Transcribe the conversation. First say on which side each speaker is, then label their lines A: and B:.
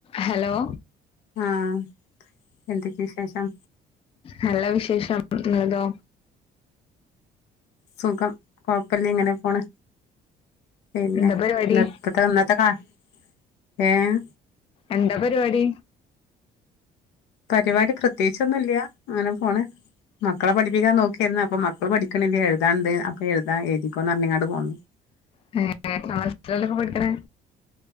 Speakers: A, on the left; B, on the left.
A: Hello
B: ആഹ് എന്തൊക്കെ വിശേഷം
A: നല്ല വിശേഷം ങ്ങൾതോ
B: സുഖം കൊഴ്പ്പല്ല ങ്ങനെ പോണ് പിന്നെ
A: എന്താ പരിപാടി
B: ന്ന് പ്പ താ ന്നത്തെ കാണ് ഏഹ്
A: എന്താ പരിപാടി
B: പരിപാടി പ്രത്യേകിച്ചൊന്നും ഇല്ല്യാ അങ്ങനെ പോണ്, മക്കളെ പഠിപ്പിക്കാൻ നോക്കെയാരുന്ന് അപ്പൊ മക്കള് പഠിക്കണില്ല എഴുതാൻണ്ട് അപ്പൊ എഴുതാൻ എഴുതിക്കോന്ന് പറഞ്ഞ് ഇങ്ങാട്ട് പോന്ന്
A: <unintelligible> പഠിക്കണെ